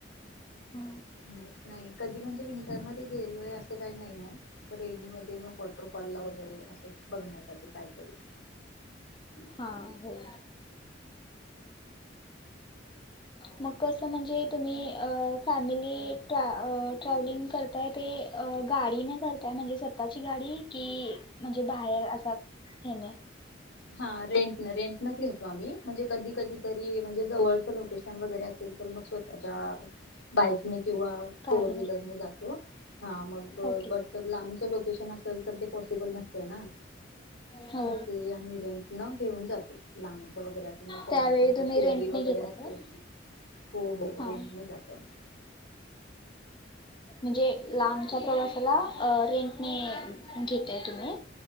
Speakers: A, on the left; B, on the left.
A: हा
B: माहीत नाही. कधी म्हणजे विंटरमध्ये गेलोय अस- अस काही नाही ना? रेनीमध्ये म वॉटरफॉल ला वगैरे असं बघण्यासाठी काहीतरी-
A: हा हो. मग कसं म्हणजे तुम्ही फॅमिली ट्रॅव्हलिंग करताय ते गाडीने करताय म्हणजे स्वतःची गाडी कि म्हणजे बाहेर अस हेन
B: हा रेंट रेंट नच घेतो आम्ही म्हणजे कधी कधी तरी म्हणजे जवळ लोकेशन वगैरे असेल तर मग स्वतःच्या बाईकने किंवा
A: कारने
B: फोर व्हीलरने जातो हा मग
A: ओके
B: बट लांबच लोकेशन असेल तर ते पॉसिबल नसत ना
A: हो
B: मग ते आम्ही रेंट न घेऊन जाते लांबच वगैरे असेल तर फॉर
A: त्यावेळी
B: एक्झाम्पल
A: तुम्ही
B: शिर्डी
A: रेंटने
B: वगैरे
A: घेताय
B: असेल
A: काय
B: हो हो
A: हा
B: रेंट ने जातो आम्ही
A: म्हणजे लांबच्या प्रवासाला रेंटने घेताय तुम्ही